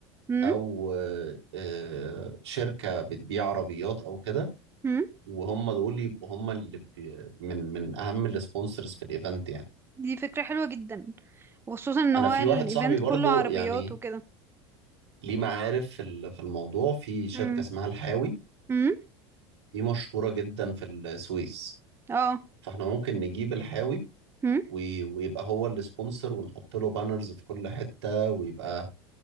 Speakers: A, on the right; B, on the right.
A: امم
B: او آه، آه، شركه بتبيع عربيات او كده
A: امم
B: وهم دول يبقوا هم اللي بي من من اهم السبونسرز في الايفنت يعني
A: دي فكرة حلوة جدا وخصوصا ان هو
B: انا في
A: الايفنت
B: واحد صاحبي برضو
A: كله عربيات
B: يعني
A: وكده
B: ليه معارف في ال- في الموضوع في شركه
A: امم
B: اسمها الحاوي
A: امم
B: دي مشهوره جدا في السويس
A: اه
B: فاحنا ممكن نجيب الحاوي
A: امم
B: وي- ويبقى هو السبونسر ونحط له بانرز في كل حته ويبقى